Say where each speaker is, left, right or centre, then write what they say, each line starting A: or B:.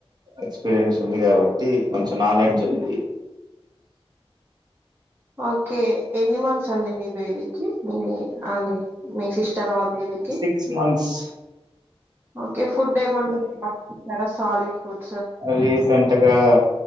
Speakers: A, on the right (about 45°); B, on the right (about 20°).
A: ఎక్స్పీరియన్స్ ఉంది. కాబట్టి కొంచం నాలెడ్జ్ ఉంది.
B: ఓకే ఎన్ని మంత్స్ అండి మీ బేబీకి మీ అది మీ సిస్టర్ వాళ్ళ బేబీకి
A: సిక్స్ మంత్స్
B: ఓకే ఫుడ్ ఏమన్ టర సాలిడ్ ఫుడ్
A: రీసెంట్గా